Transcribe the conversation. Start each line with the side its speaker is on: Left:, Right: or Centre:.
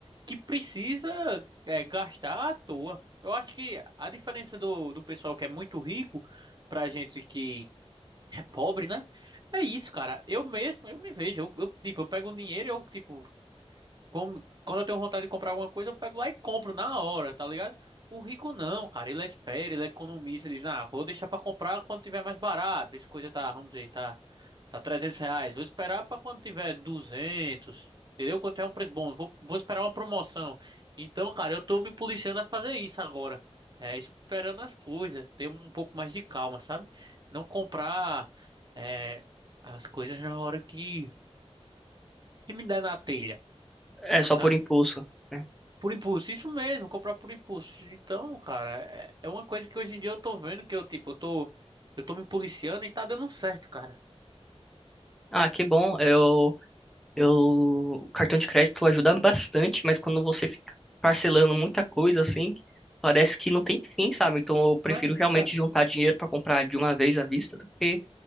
Right: que precisa é, gastar à toa. Eu acho que a diferença do, do pessoal que é muito rico pra gente que é pobre, né? É isso, cara. Eu mesmo, eu me vejo, eu, eu, tipo, eu pego o dinheiro, eu tipo como- quando eu tenho vontade de comprar alguma coisa, eu pego lá e compro na hora, tá ligado? O rico não, cara, ele espera, ele economiza, ele diz, ah, vou deixar pra comprar quando tiver mais barato. Essa coisa tá, vamos dizer, tá, tá 300 reais. Vou esperar pra quando tiver duzentos entendeu? Quando tiver um preço bom, vou, vou esperar uma promoção. Então, cara, eu tô me policiando a fazer isso agora. É, esperando as coisas, ter um pouco mais de calma, sabe? Não comprar, é, as coisas na hora que, que me der na telha.
Centre: é só
Right: sabe?
Centre: por impulso. né?
Right: Por impulso, isso mesmo, comprar por impulso. Então, cara, é é uma coisa que hoje em dia eu tô vendo que eu, tipo, eu tô, eu tô me policiando e tá dando certo, cara.
Centre: Ah, que bom. Eu, eu, o cartão de crédito ajuda bastante, mas quando você fica parcelando muita coisa assim, parece que não tem fim, sabe? Então eu prefiro
Right: É,
Centre: realmente
Right: é, cara.
Centre: juntar dinheiro para comprar de uma vez à vista do que